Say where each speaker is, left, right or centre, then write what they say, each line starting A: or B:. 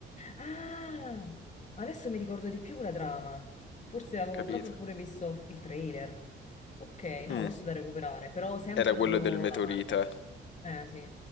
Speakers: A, on the left; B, on the left.
A: Ah, adesso mi ricordo di più la trama. Forse avevo
B: capito?
A: proprio pure visto il trailer. Ok, no,
B: Mm,
A: questo è da recuperare, però sempre
B: Era
A: dopo
B: quello del meteorite.
A: la Marvel. Eh, sì.